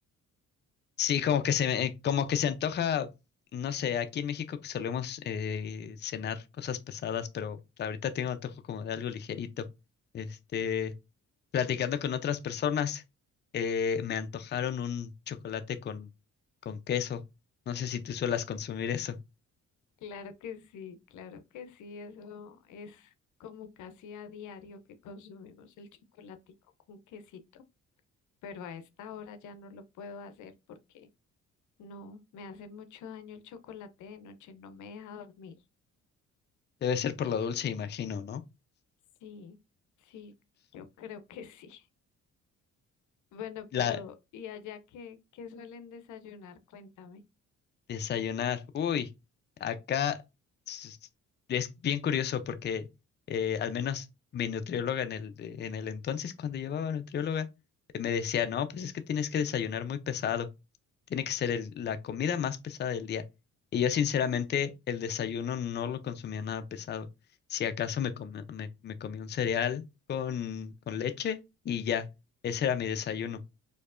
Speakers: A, on the left (about 35°); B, on the left (about 75°).
A: Sí, como que se, me- eh, como que se antoja, no sé, aquí en México solemos eh, cenar cosas pesadas, pero ahorita tengo antojo como de algo ligerito. Este, platicando con otras personas, eh, me antojaron un chocolate con, con queso. No sé si tú suelas consumir eso.
B: Claro que sí, claro que sí, eso es como casi a diario que consumimos el chocolatico con quesito, pero a esta hora ya no lo puedo hacer porque no, me hace mucho daño el chocolate de noche, no me deja dormir.
A: Debe ser por lo dulce, imagino, ¿no?
B: Sí, sí, yo creo que sí. Bueno, pero
A: La
B: ¿y allá qué, qué suelen desayunar? Cuéntame.
A: desayunar. Uy, acá s- es bien curioso porque eh, al menos mi nutrióloga en el, en el entonces, cuando llevaba nutrióloga, eh, me decía, no, pues es que tienes que desayunar muy pesado. Tiene que ser el- la comida más pesada del día. Y yo sinceramente el desayuno no lo consumía nada pesado. Si acaso me comí, me, me comí un cereal con, con leche y ya, ese era mi desayuno.